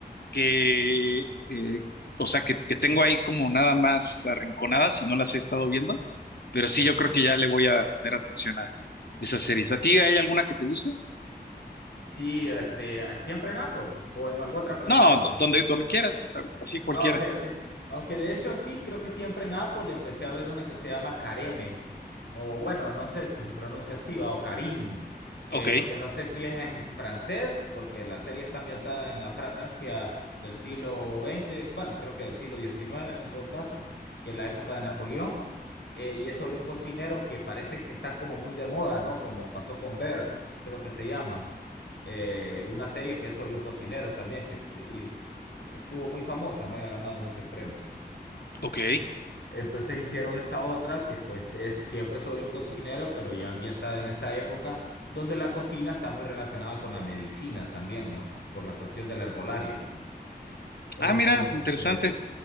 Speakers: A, on the left; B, on the left.
A: que, eh, o sea, que, que tengo ahí como nada más arrinconadas y no las he estado viendo, pero sí,
B: Ok.
A: yo creo que ya le voy a poner atención a esas series. ¿A ti hay alguna que te guste?
B: Sí, este, siempre en Apple o en alguna otra plataforma.
A: No, do- donde, donde quieras, así cualquiera.
B: Ah, ok, ok. Aunque de hecho sí, creo que siempre en Apple empecé a ver una que se llama Careme, O bueno, no sé si se pronuncia así, va, o Karim. Eh,
A: Ok,
B: porque no sé si es en francés, porque la serie está ambientada en la Francia del siglo XX, bueno, creo que del siglo XIX en todo caso, que es la época de Napoleón. Eh, y es sobre un cocinero que parece que está como muy de moda, ¿no? Como pasó con Bear, creo que se llama. Eh, una serie que es sobre un cocinero también, que se- y estuvo muy famosa, ¿no? Y ha ganado muchos premios.
A: ok.
B: Entonces hicieron esta otra que pues es siempre sobre un cocinero, pero ya ambientada en esta época, donde la cocina está muy relacionada con la medicina también, ¿no? Por la cuestión de la herbolaria. Entonces,
A: Ah, mira, interesante.